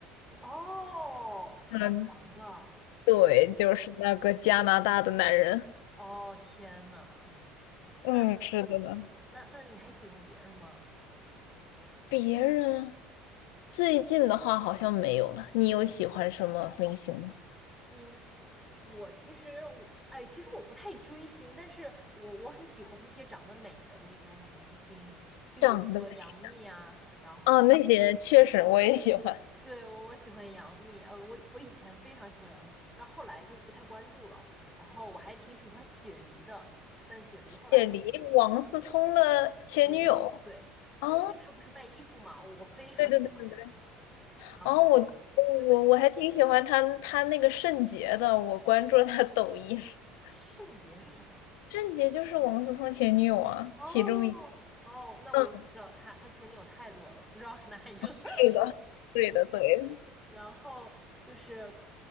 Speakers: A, in the centre; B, on the left (about 80°).
A: 哦，塌房了。
B: 嗯，对，就是那个加拿大的男人，
A: 哦，天呐，<laughs>
B: 嗯，
A: 那
B: 是的呢。
A: 那那你还喜欢别人吗？
B: 别人最近的话好像没有了，你有喜欢什么明星吗？
A: 嗯，我其实我哎，其实我不太追星，但是我我很喜欢那些长得美的那种女明星，就比如说杨幂啊，
B: 长得美
A: 然后
B: 哦，那些人确实我也喜欢。
A: 对，我我喜欢杨幂，呃，我我以前非常喜欢杨幂，但后来就不太关注了。然后我还挺喜欢雪梨的，但雪梨后来
B: 解离王思聪的前女友。
A: 前女友，对，
B: 哦，
A: 哦，因为她不是卖衣服嘛，我非常喜欢她。
B: 对对对对对，
A: 然后我觉得她
B: 哦，我我我还挺喜欢他他那个圣洁的，我关注了他抖音。<laughs>
A: 圣洁是什么？
B: 圣洁就是王思聪前女友啊，
A: 哦哦，
B: 其中一个，
A: 那我不知道，
B: 嗯，
A: 她她前女友太多了，不知道是哪一个。<laughs>
B: 是的，对的对的，
A: 然后就是